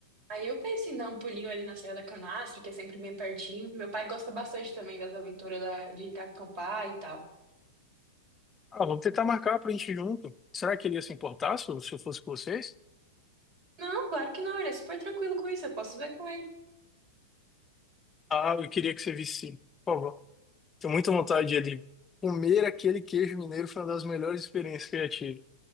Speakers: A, on the right (about 45°); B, on the left (about 20°).
A: Aí eu penso em dar um pulinho ali na Serra da Canastra, que é sempre bem pertinho. Meu pai gosta bastante também das aventuras da, de acampar e tal.
B: Ah, vamos tentar marcar pra gente ir junto. Será que ele ia se importar se eu se eu fosse com vocês?
A: Não, claro que não, ele é super tranquilo com isso, eu posso ver com ele.
B: Ah, eu queria que você visse, sim. Por favor. Tenho muita vontade de ali. Comer aquele queijo mineiro foi uma das melhores experiências que eu já tive.